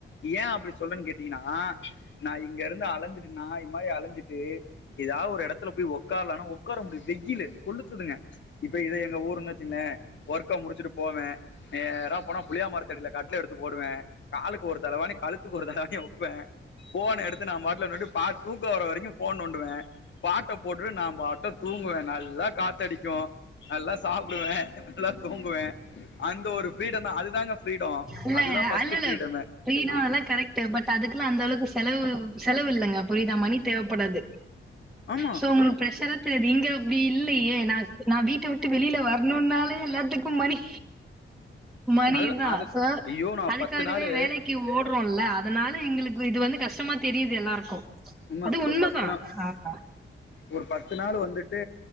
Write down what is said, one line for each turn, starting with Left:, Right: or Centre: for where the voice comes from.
Left: ஏன் அப்படி சொல்லன்னு கேட்டீங்கன்னா நான் இங்க இருந்து அலஞ்சிட்டு நத அலைஞ்சுட்டு ஏதாவது ஒரு இடத்துல போய் உக்காரலா உார முடியும் வெயில் கொத்துதங்க இப்ப எங்க ஊருச் க்க முடிச்சுட்டு போவேன் நேரா போனா புளியா மரத்தடியில கட்டுல எடுத்து போடுவேன் காலுக்கு ஒரு தலவானி கழுத்துக்கு ஒரு தலவாணி வைப்பேன் போன் எடுத்து நான் மட்டல நட்டு பார்த்த தூக்க வர வரைக்கோ போஃன் நோண்டுவே பாட்ட போட்டுட்டு நா பாட்னு தூங்குவே நல்லா காத்தடிக்கு நல்லா சாப்டுவே நல்ல தூங்குவே அந்த ஒரு ப்ரீடந்தா அதுதாங்க ஃப்ரீடம்
Centre: இல்ல
Left: அதுதான் ஃபர்ஸ்ட்
Centre: அல்லல்ல
Left: ஃப்ரீடமே
Centre: <unintelligible> கரெக்ட் பட் அதுக்குலா அந்த அளவுக்கு செலவு செலவு இலலங்க பொய்தா மணி தேவப்படாது
Left: ஆமா
Centre: சோ உங்க பிரெஷர சரி இங்க அப்படி இல்லையே நான் நா வீட்ட விட்டு வெளியில வர்னோன்னாலே <unintelligible> மணி மணி
Left: அது
Centre: <unintelligible>
Left: அது ஐயோ நான்
Centre: அதுக்காகவே
Left: பத்து நாள்
Centre: வேலைக்கு ஓடுறோம்ல அதனால அதா எங்களுக்கு இது வந்து கஷ்டமா தெரியுது எல்லாருக்கும்
Left: உண்மை
Centre: அது உண்மைதான்
Left: ஒரு பத்து நாள்
Centre: ஆப்பா
Left: ஒரு பத்து நாளு வந்துட்டு